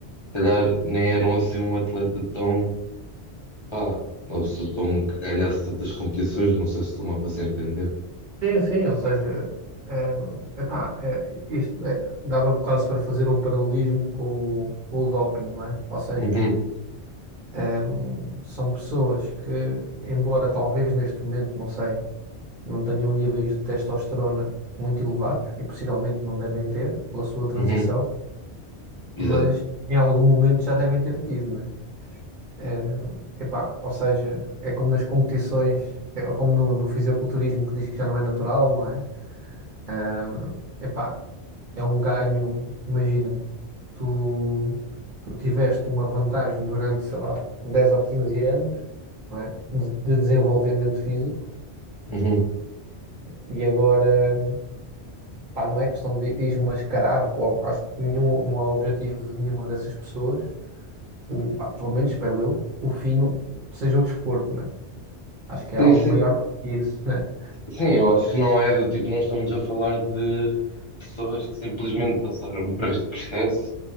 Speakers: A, on the left; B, on the right.
A: calhar nem eram assim um atleta tão, ah uma pessoa tão que ganhasse tantas competições, não sei se estou-me a fazer entender.
B: Sim, sim, ou seja, eh, epá, eh, isto eh, dava quase para fazer um paralelismo com o, com o doping, não é? Ou seja,
A: Uhum,
B: ehm, são pessoas que, embora talvez neste momento, não sei, não tenham níveis de testosterona muito elevados e possivelmente não devem ter pela sua transição,
A: uhum, exato.
B: mas em algum momento já devem ter tido, né? Eh, epá, ou seja, é como nas competições, é como no, no fisiculturismo que diz que já não é natural, não é? Ah, epá, é um ganho, imagina, tu, tu tiveste uma vantagem durante, sei lá, 10 ou 15 anos, não é? De, de desenvolvimento físico
A: Uhum.
B: e agora, pá, não é questão de desmascarar, qual- acho que nenhum, não é objetivo de nenhuma dessas pessoas, o, pá, pelo menos espero eu, o fim não- seja o desporto, né? Acho
A: Sim,
B: que é algo
A: sim,
B: maior do que isso, né?
A: sim, eu acho que não é do tipo, não estamos a falar de pessoas que simplesmente passaram por este processo